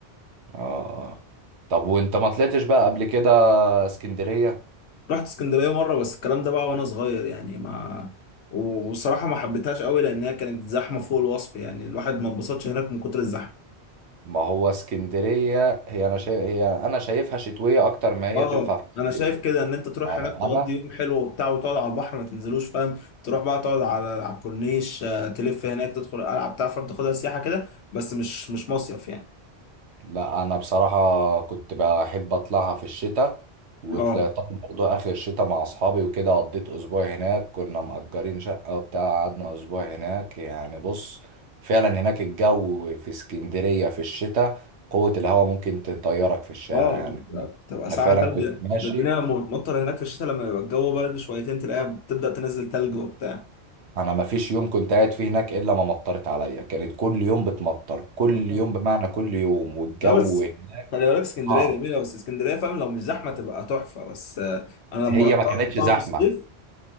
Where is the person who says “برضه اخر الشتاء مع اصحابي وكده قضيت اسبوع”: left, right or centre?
Right